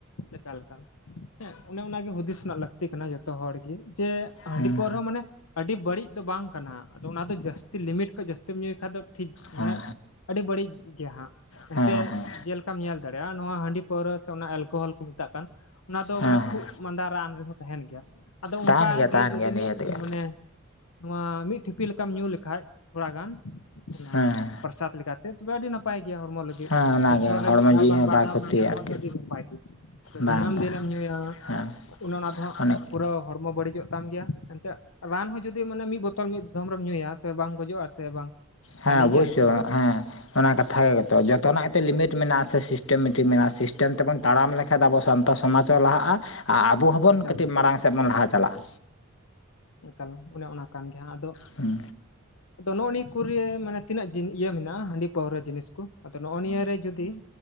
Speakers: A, on the left; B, on the left.
A: ᱮᱠᱟᱞ ᱮᱠᱟᱞ ᱦᱮᱸ ᱚᱱᱮ ᱚᱱᱟᱜᱮ ᱦᱩᱫᱤᱥ ᱨᱮᱱᱟᱜ ᱞᱟᱹᱠᱛᱤ ᱠᱟᱱᱟ ᱡᱚᱛᱚ ᱦᱚᱲ ᱜᱮ ᱡᱮ ᱦᱟᱺᱰᱤ
B: ᱦᱮᱸ
A: ᱯᱟᱹᱣᱨᱟᱹ ᱦᱚᱸ ᱢᱟᱱᱮ ᱟᱹᱰᱤ ᱵᱟᱹᱲᱤᱡ ᱫᱚ ᱵᱟᱝ ᱠᱟᱱᱟ ᱟᱫᱚ ᱚᱱᱟ ᱫᱚ ᱡᱟᱹᱥᱛᱤ ᱞᱤᱢᱤᱴ ᱠᱷᱚᱱᱚᱡ ᱡᱟᱹᱥᱛᱤᱢ ᱧᱩᱭ ᱠᱷᱟᱱ ᱫᱚ ᱴᱷᱤᱠ
B: ᱦᱮᱸ
A: ᱢᱟᱱᱮ ᱟᱹᱰᱤ ᱵᱟᱹᱲᱤᱡ ᱜᱮ ᱦᱟᱸᱜ
B: ᱦᱮᱸ
A: ᱮᱱᱛᱮᱫ
B: ᱦᱮᱸ ᱦᱮᱸ
A: ᱡᱮᱞᱮᱠᱟᱢ ᱧᱮᱞ ᱫᱟᱲᱮᱭᱟᱜᱼᱟ ᱱᱚᱣᱟ ᱦᱟᱺᱰᱤ ᱯᱟᱹᱣᱨᱟᱹ ᱥᱮ ᱚᱱᱟ ᱮᱞᱠᱳᱦᱚᱞ ᱢᱮᱛᱟᱜ ᱠᱟᱱ ᱚᱱᱟ ᱫᱚ
B: ᱦᱮᱸ
A: ᱢᱟᱱᱮ ᱠᱷᱩᱜ ᱢᱟᱸᱫᱟ ᱨᱟᱱ ᱨᱮᱦᱚᱸ ᱛᱟᱦᱮᱱ ᱜᱮᱭᱟ ᱟᱫᱚ
B: ᱛᱟᱦᱮᱱ
A: ᱚᱱᱠᱟ
B: ᱜᱮᱭᱟ
A: ᱜᱮ
B: ᱛᱟᱦᱮᱱ
A: ᱡᱩᱫᱤ
B: ᱜᱮᱭᱟ ᱱᱤᱦᱟᱹᱛ
A: ᱢᱤᱫ
B: ᱜᱮ
A: ᱢᱟᱱᱮ ᱱᱚᱣᱟ ᱢᱤᱫ ᱴᱷᱤᱯᱤ ᱞᱮᱠᱟᱢ ᱧᱩ ᱞᱮᱠᱷᱟᱱᱡ ᱛᱷᱚᱲᱟ ᱜᱟᱱ ᱚᱱᱟ
B: ᱦᱮᱸ
A: ᱯᱨᱚᱥᱟᱫ ᱞᱮᱠᱟᱛᱮ ᱛᱚᱵᱮ ᱟᱹᱰᱤ <inaudible> ᱱᱟᱯᱟᱭ ᱜᱮᱭᱟ ᱦᱚᱲᱢᱚ ᱞᱟᱹᱜᱤᱫ
B: ᱦᱮᱸ ᱚᱱᱟᱜᱮ
A: ᱵᱚᱪᱷᱚᱨ ᱨᱮ
B: ᱦᱚᱲᱢᱚ
A: ᱢᱤᱫ ᱫᱷᱟᱣ
B: ᱡᱤᱣᱤ
A: ᱜᱟᱱ
B: ᱦᱚᱸ
A: ᱵᱟᱨ
B: ᱵᱟᱭ
A: ᱫᱷᱟᱣᱢ
B: ᱠᱷᱚᱛᱤᱭᱟ
A: ᱧᱩᱭᱟ ᱱᱚᱣᱟ
B: ᱟᱨᱠᱤ
A: ᱫᱚ ᱟᱹᱰᱤ ᱱᱟᱯᱟᱭ ᱜᱮ
B: ᱵᱟᱝ
A: ᱫᱤᱱᱟᱹᱢ
B: ᱵᱟᱝ
A: ᱫᱤᱱᱮᱢ ᱧᱩᱭᱟ
B: ᱦᱮᱸ
A: ᱩᱱᱮ ᱚᱱᱟ ᱫᱚ ᱦᱟᱸᱜ
B: ᱚᱱᱮ
A: ᱯᱩᱨᱟᱹ ᱦᱚᱲᱢᱚ ᱵᱟᱹᱲᱤᱡᱚᱜ ᱛᱟᱢ ᱜᱮᱭᱟ ᱮᱱᱛᱮᱫ ᱨᱟᱱ ᱦᱚᱸ ᱡᱩᱫᱤ ᱢᱟᱱᱮ ᱢᱤᱫ ᱵᱳᱛᱚᱞ ᱢᱤᱫ ᱫᱚᱢ ᱨᱮ ᱧᱩᱭᱟ ᱛᱚᱵᱮ ᱵᱟᱢ ᱜᱚᱡᱚᱜᱼᱟ ᱥᱮ ᱵᱟᱝ?
B: ᱦᱮᱸ
A: ᱦᱟᱹᱱᱤ
B: ᱚᱵᱚᱥᱥᱳ
A: ᱜᱮᱭᱟ ᱥᱮ ᱵᱟᱝ
B: ᱦᱮᱸ ᱚᱱᱟ ᱠᱟᱛᱷ ᱜᱮᱛᱚ ᱡᱚᱛᱚᱱᱟᱜ ᱜᱮᱛ ᱞᱤᱢᱤᱴ ᱢᱮᱱᱟᱜᱼᱟ ᱥᱮ ᱥᱤᱥᱴᱮᱢ ᱢᱤᱫᱴᱤᱡ ᱢᱮᱱᱟᱜᱼᱟ ᱥᱤᱥᱴᱮᱢ ᱛᱮᱵᱚᱱ ᱛᱟᱲᱟᱢ ᱞᱮᱠᱠᱷᱟᱱᱡ ᱟᱵᱚ ᱥᱟᱱ ᱥᱚᱢᱟᱡᱚ ᱞᱟᱦᱟᱜᱼᱟ ᱟᱨ ᱟᱵᱚ ᱦᱚᱸᱵᱚᱱ
A: ᱮᱠᱟᱞ
B: ᱠᱟᱹᱴᱤᱡ ᱢᱟᱲᱟᱝ ᱥᱮᱫ ᱵᱚᱱ ᱞᱟᱦᱟ ᱪᱟᱞᱟᱜᱼᱟ
A: ᱮᱠᱟᱞ ᱚᱱᱮ ᱚᱱᱟ ᱠᱟᱱ ᱜᱮᱭᱟ ᱟᱫᱚ
B: ᱦᱮᱸ
A: ᱟᱫᱚ ᱱᱚᱜᱼᱚ ᱱᱤᱭᱟᱹ ᱠᱚᱨᱮ ᱢᱟᱱᱮ ᱛᱤᱱᱟᱹᱜ ᱤᱭᱟᱹ ᱢᱮᱱᱟᱜᱼᱟ ᱦᱟᱺᱰᱤ ᱯᱟᱹᱣᱨᱟᱹ ᱡᱤᱱᱤᱥ ᱠᱚ ᱟᱫᱚ ᱱᱚᱜᱼᱚ ᱱᱤᱭᱟᱹᱟᱹᱨᱮ ᱡᱩᱫᱤ